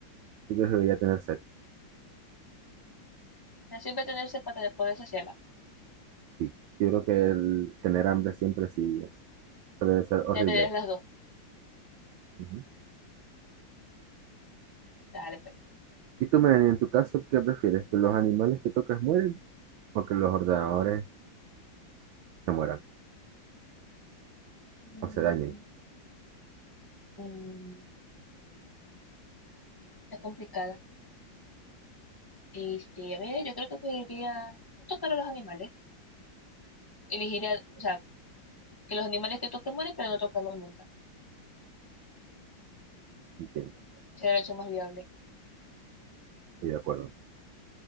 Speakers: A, on the right (about 80°); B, on the left (about 25°).
A: sí que debería tener sed,
B: O siempre tener sed para tener- poder saciarla.
A: sí. Yo creo que el tener hambre siempre sí es, eso debe ser horrible.
B: Ya tenías las dos.
A: Ujú.
B: Dale, pues.
A: Y tú, Melanie, en tu caso, ¿qué prefieres? ¿Que los animales que tocas mueren o que los ordenadores se mueran
B: Mm,
A: o se dañen?
B: mm, está complicada. Este, a ver, yo creo que preferiría no tocar a los animales. Elegiría, o sea, que los animales que toquen mueren, pero no tocarlos nunca.
A: Entiendo,
B: Sería la opción más viable.
A: estoy de acuerdo.